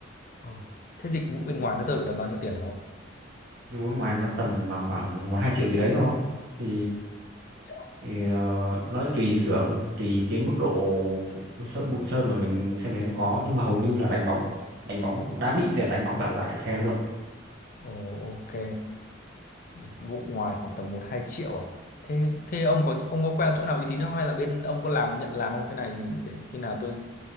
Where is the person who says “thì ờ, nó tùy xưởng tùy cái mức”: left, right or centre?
Right